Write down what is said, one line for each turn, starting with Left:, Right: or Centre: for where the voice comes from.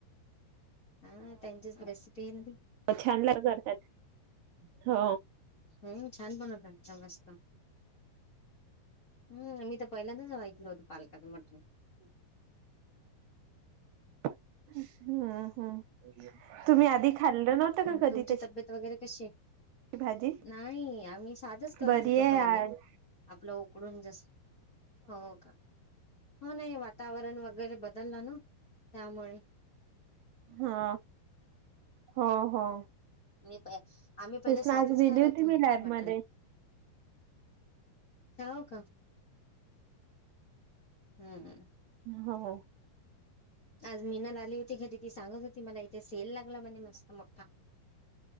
Left: हा त्यांच्याच बस पन
Right: हो छान ला करतात. हो
Left: हो छान बनत मस्त हम्म मी तर पहिल्यांदाच वाऐकल होत <unintelligible>
Right: हम्म हम्म तुम्ही अधिक.. खाल्लं नव्हतं का कधी
Left: तुमची
Right: तशी.
Left: तब्येत वगैरे कशी आहे
Right: भाजी
Left: नाही आम्ही साधच करत
Right: बरी
Left: होतो
Right: आहे
Left: पहिले
Right: आज
Left: आपलं.. उकडून जस हो का हो नाही वातावरण वगैरे बदललं ना त्यामुळे
Right: हा हो हो.
Left: नाही प आम्ही पहिले
Right: तेच
Left: साधीच
Right: ना आज दिली
Left: खात
Right: होती
Left: होतो
Right: मी
Left: हे
Right: लॅबमध्ये
Left: मटण.. हाव का? हम्मम.
Right: हो.
Left: आज मीनल आली होती खरी ती सांगत होती मला इथे सेल लागला म्हणे मस्त मोठा.